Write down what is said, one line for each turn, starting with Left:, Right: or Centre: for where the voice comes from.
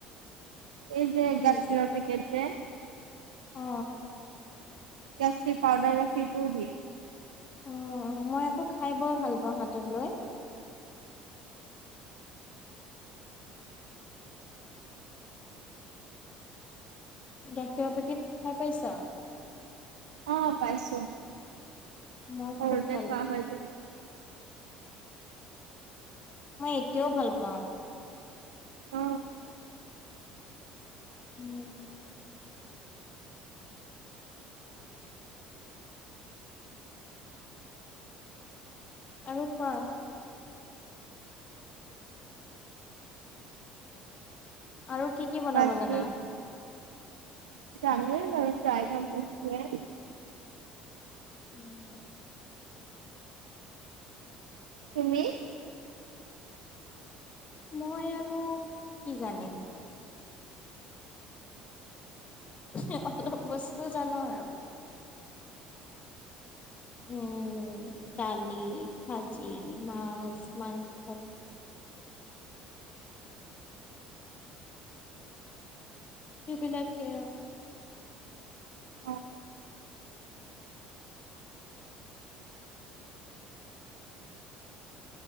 Right: এই যে
Left: কি
Right: গাখীৰৰ পেকেট যে।
Left: অ।
Right: গাখীৰ পাউডাৰ গাখীৰটো দিয়ে।
Left: অ মই আকৌ খাই বৰ ভাল পাওঁ হাতত লৈ। গাখীৰৰ পেকেট খাই পাইছা?
Right: অ পাইছো,
Left: মই
Right: সৰুতে
Left: খুব ভাল
Right: খোৱা
Left: পাওঁ
Right: হয় যে।
Left: মই এতিয়াও ভাল পাওঁ।
Right: অ।
Left: উম। আৰু কোৱা? আৰু কি কি বনাব
Right: বাকী
Left: জানা?
Right: জানোৱে বাৰো প্ৰায় ভাগ বস্তুৱে।
Left: উম।
Right: তুমি?
Left: মই আৰু কি জানে? হে অলপ বস্তু জানো আৰু। উম, দালি, ভাজি, মাছ, মাংস। সেইবিলাকে।
Right: অ।